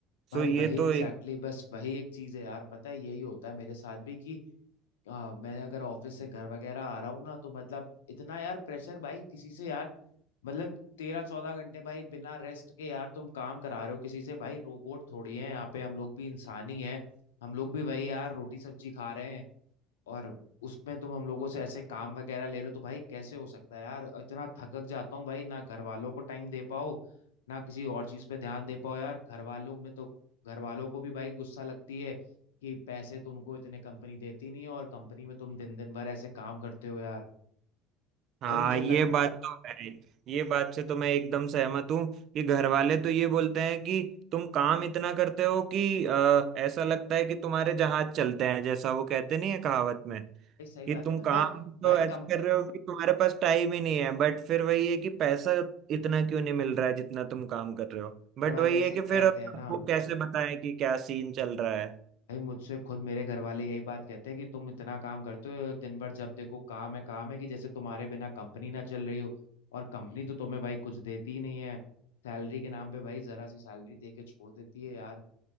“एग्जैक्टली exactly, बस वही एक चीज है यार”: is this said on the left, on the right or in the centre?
Left